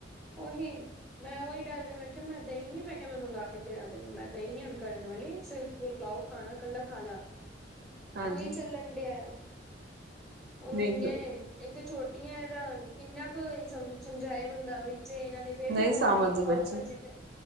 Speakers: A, in the centre; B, on the right.
A: <unintelligible> ਮੈਂ ਉਹੀ ਡਰਦੇ ਮੈਂ ਕਿਹਾ ਮੈਂ ਦਹੀਂ ਨੀ ਮੈਂ ਕਿਹਾ ਮੈਂ ਮੰਗਵਾ ਕੇ ਦੇਣਾ ਤੈਨੂੰ ਮੈਂ ਦਹੀਂ ਨੀ ਹੁਣ ਕਰਨ ਵਾਲੀ ਲਓ ਖਾਣਾ ਇਕੱਲਾ ਖਾਲਾ
B: ਹਾਂਜੀ
A: ਓਹੀ ਚੱਲਣ ਡਿਆ ਉਹ
B: ਨਹੀਂ
A: ਇੰਨੀਆਂ ਇੱਕ ਤਾਂ ਛੋਟੀਆਂ ਦਾ ਕਿੰਨਾ ਸਮਝਾਏ ਬੰਦਾ ਵਿੱਚ ਇਹਨਾਂ ਦੇ ਐਵੇਂ
B: ਨਹੀਂ
A: ਗਰਾਰੀ
B: ਸਮਝਦੇ
A: ਪਾਓ
B: ਬੱਚੇ
A: ਭਾਜੀ ਤੇ